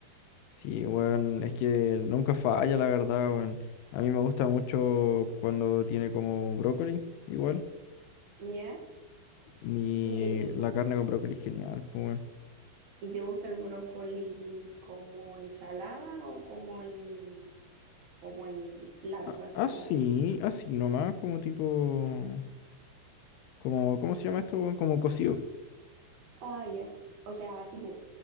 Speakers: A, on the left (about 85°); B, on the right (about 60°).
A: Sí, weón, es que nunca falla, la verdad, weón. A mí me gusta mucho cuando tiene como brócoli, igual.
B: ¿Ya?
A: Ni
B: Y.
A: la carne con brócoli es genial, pues, weón.
B: ¿Y te gusta el brócoli como ensalada o como en, como en plato,
A: A-
B: así
A: Así,
B: como,
A: así nomás, como tipo... Como, ¿cómo se llama esto, weón? Como cocido.
B: ah, ya. O sea, así, pues,